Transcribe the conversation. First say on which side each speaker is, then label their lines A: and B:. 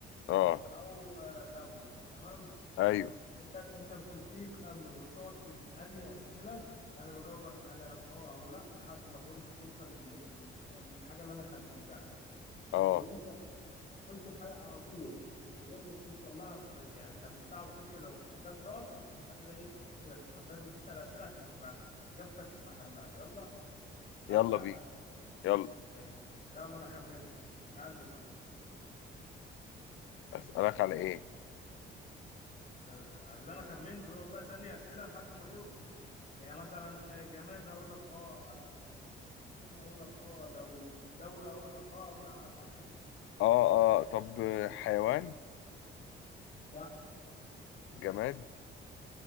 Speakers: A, on the left; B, on the left.
A: اه
B: او آه، دوله تمام
A: ايوه
B: انت انت بتبتدي تخمن وتقعد تسالني اسئله انا بجاوبك عليها باه او لا لحد ما ت- انت توصل لل... لل... للحاجه اللي انا خمنتها
A: اه
B: لو انت قلت الحاجة على طول من غير ما توصل لها ب... يعني خمنتها على طول كده وكانت غلط انت كده ايه خسرت فانت لازم تسأل أسئلة عشان تبقى إجابتك في محلها يلا هبدأ
A: يلا بينا
B: أنا
A: يلا
B: ماشي يلا أنا خمنت اسألني بقى
A: اسألك على ايه
B: عشان على اللي أنا خمنته يقعد بقى ثانية أسئلة لحد ما توصل يعني مثلا جماد هقول لك اه أو حيوان هقول لك اه لو دولة هقول لك اه أو لا على حسب بقى أنت تسأل
A: اه اه طب آه، حيوان
B: لا
A: جماد